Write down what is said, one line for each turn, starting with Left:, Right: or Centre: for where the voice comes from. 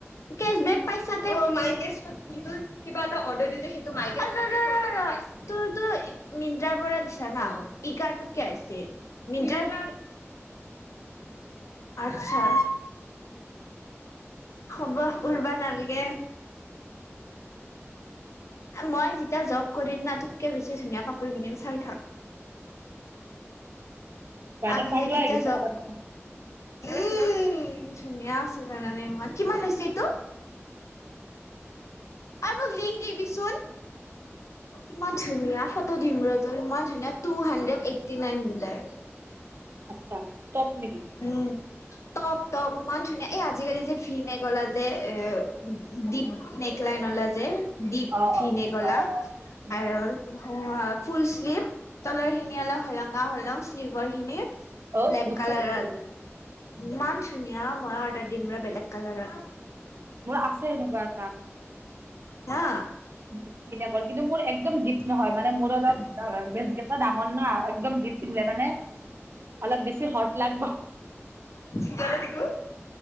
Left: কেচ বেক পাইচা ম কেব। কিবা এটা অৰ্ডাৰ দি সেইটো মাইকে অ ৰ ৰ ৰ টোৰ টোৰ। মিনটাৰ পৰা দিছা না ই কাৰটোত কি আহিছে। মিনটাৰ আচ্ছা। হ'ব উৰবা নালাগে। মই যেতিয়া জব কৰিম না ততকে বেছি ধুনীয়া কাপোৰ কিনিম চাই থাক।
Right: বাইদেউ
Left: আমি
Right: পাগলা
Left: যে কিয়াও
Right: হৈ গৈছে
Left: জব।
Right: কাৰোবাৰ কাৰণে।
Left: উম ধুনীয়া আছে জানানে ইমান কিমান লৈছে এইটো। মোক লিংক দিবিচোন। ইমান ধুনীয়া ফটো দিম ৰ তোৰ ইমান ধুনীয়া টু হাড্ৰেড এইট্টি নাইন বোলে।
Right: আচ্ছা টপ নেকি।
Left: উম। তপ তপ ইমান ধুনীয়া এই আজিকালি যে ভিনে গলা যে এ দ্বীপ। নেক লাইন অলা যে ডীপ
Right: অ',
Left: ভিনে
Right: অ',
Left: গলা
Right: অ', অ'। উম।
Left: আৰল। অ ফুল শ্লিভ তলৰ খিনি অলপ হলঙা হলঙা হলেও শ্লিভৰ খিনি।
Right: অ
Left: ব্লেক
Right: বুজছো
Left: কালাৰত
Right: বুজিছো বুজিছো।
Left: ইমান ধুনীয়া ময়ো অৰ্ডাৰ দিম ৰ বেলেগ কালাৰৰ।
Right: মোৰ আছে এনেকুৱা এটা।
Left: হা।
Right: উ সনে কিন্তু মোৰ একদম দীপ। নহয় মানে মোৰো অলপ আ বেছ গেইটা ডাঙৰ না একদম দিপনলে মানে। অলপ বেছি হট লাগব।
Left: চঞ দি কো।